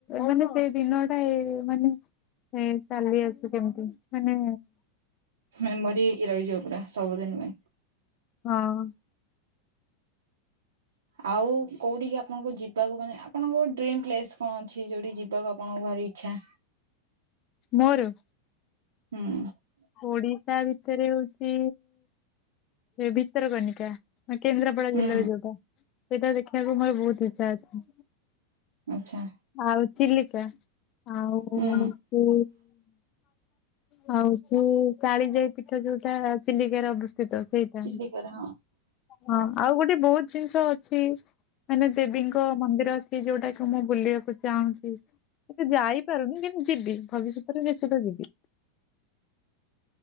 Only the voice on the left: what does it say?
ମାନେ ସେ ଦିନ ଟା ମାନେ ହେ ଚାଲି ଆସୁ କେମତି ମାନେ
ହଁ।
ମୋର?
ଓଡିଶା ଭିତରେ ହଉଛି ଏ ଭିତରକନିକା। କେନ୍ଦ୍ରାପଡା
ଜିଲ୍ଲାରେ ଯୋଉଟା ସେଇଟା ଦେଖିବାକୁ ମୋର ବହୁତ ଇଚ୍ଛା ଅଛି।
ଆଉ ଚିଲିକା ଆଉ
ହୁ ହଉ ହୁଁ କାଳି ଯାଇ ପିଠା ଯୋଉଟା ଚିଲିକାରେ ଅବସ୍ଥିତ ସେଇଟା
ହଁ ଆଉ ଗୋଟେ ବହୁତ ଜିନିଷ ଅଛି ମାନେ ଦେବୀଙ୍କ ମନ୍ଦିର ଅଛି ଯୋଉଟାକୁ ମୁଁ ବୁଲିବାକୁ ଚାହୁଁଛି। ସେ ଯାଇପାରୁନି କିନ୍ତୁ ଯିବି ଭବିଷ୍ୟତରେ ନିଛିନ୍ତ ଯିବି।